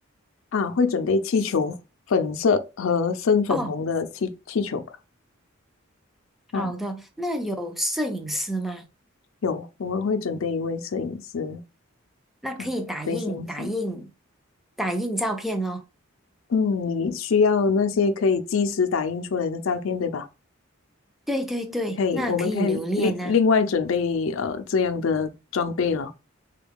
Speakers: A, on the left; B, in the centre.
A: 啊，会准备气球，粉色和深粉红的气气球吧？
B: 哦，
A: 啊，
B: 好的。那有摄影师吗？
A: 有，我们会准备一位摄影师
B: 那可以打印打印
A: 啊，随行是。
B: 打印照片咯。
A: 嗯，你需要那些可以即时打印出来的照片，对吧？
B: 对对对，
A: 可以，
B: 那可以留恋呐、
A: 我们可以另另外准备呃这样的装备了